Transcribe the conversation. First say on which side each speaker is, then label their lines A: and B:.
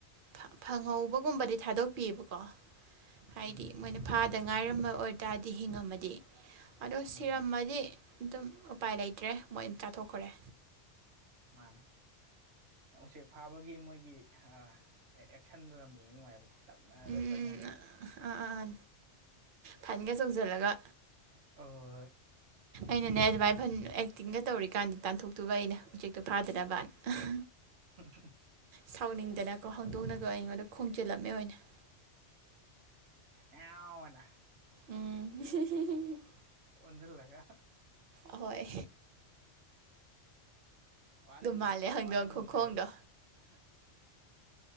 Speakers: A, on the right; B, on the right.
A: ꯐꯪ ꯐꯪꯍꯧꯕꯒꯨꯝꯕꯗꯤ ꯊꯥꯗꯣꯛꯄꯤꯌꯦꯕꯀꯣ ꯍꯥꯏꯗꯤ
B: ꯎꯝ
A: ꯃꯣꯏꯅꯥ ꯐꯥ <unintelligible> ꯉꯥꯏꯔꯝꯃ ꯑꯣꯏꯇꯥꯔꯗꯤ ꯍꯤꯡꯉꯝꯃꯗꯤ ꯑꯗꯣ
B: ꯎꯝ
A: ꯁꯤꯔꯝꯃꯗꯤ ꯑꯗꯨꯝ ꯎꯄꯥꯏ ꯂꯩꯇ꯭ꯔꯦ ꯃꯣꯏꯅ ꯆꯥꯊꯣꯛꯈ꯭ꯔꯦ
B: ꯃꯥꯅꯦ ꯎꯆꯦꯛ ꯐꯥꯕꯒꯤ ꯃꯣꯏꯒꯤ ꯑꯥ ꯑꯦꯛ ꯑꯦꯛꯁꯟꯗꯣ ꯌꯥꯝ ꯌꯦꯡꯕ ꯅꯨꯡꯉꯥꯏꯕꯅꯦ ꯇꯞꯅꯒ
A: ꯎꯝ
B: ꯆꯪꯉꯒ
A: ꯑꯥ ꯑꯥ ꯐꯟꯒ ꯆꯣꯡꯖꯜꯂꯒ
B: ꯑꯣ
A: ꯑꯩꯅꯅꯦ ꯑꯗꯨꯃꯥꯏꯅ ꯐꯟ ꯑꯦꯛꯇꯤꯡꯒ ꯇꯧꯔꯤꯀꯥꯟꯗ ꯇꯥꯟꯊꯣꯛꯇꯣꯏꯕ ꯑꯩꯅ ꯎꯆꯦꯛꯇꯣ ꯐꯥꯗꯅꯕ <unintelligible>
B: <unintelligible>
A: ꯁꯥꯎꯅꯤꯡꯗꯅꯀꯣ ꯍꯧꯗꯣꯛꯅꯒ ꯑꯩꯉꯣꯟꯗ ꯈꯣꯡꯖꯤꯜꯂꯝꯃꯦ ꯑꯣꯏꯅ
B: ꯉ꯭ꯌꯥꯎꯅ
A: ꯎꯝ
B: ꯑꯣꯟꯁꯤꯜꯂꯒ
A: ꯑꯍꯣꯏ
B: ꯋꯥꯅ
A: ꯑꯗꯨꯝ
B: ꯂꯨꯝ
A: ꯃꯥꯜꯂꯦ ꯍꯪꯗꯣꯡ
B: ꯋꯥꯅ ꯂꯨꯝꯖꯔ
A: ꯈꯨꯈꯣꯡꯗꯣ